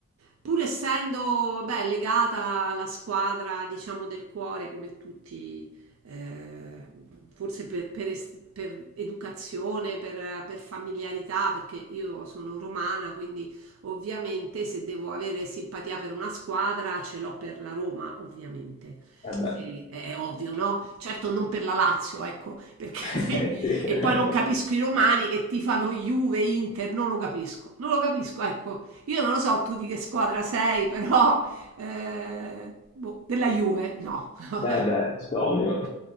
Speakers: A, on the right (about 80°); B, on the left (about 30°).
A: Pur essendo, vabbè, legata alla squadra, diciamo, del cuore, come tutti eh, forse per, per est- per educazione, per, per familiarità, perché io sono romana, quindi ovviamente se devo avere simpatia per una squadra ce l'ho per la Roma, ovviamente.
B: Eh beh.
A: E- È, è ovvio, no? Certo non per la Lazio, ecco, perché
B: <laughs>
A: <laughs>
B: Sì.
A: e poi non capisco i romani che tifano Juve, Inter, non lo capisco, non lo capisco, ecco. Io non lo so tu di che squadra sei, però eh, boh, della Juve, no. <laughs>
B: Eh beh, ovvio.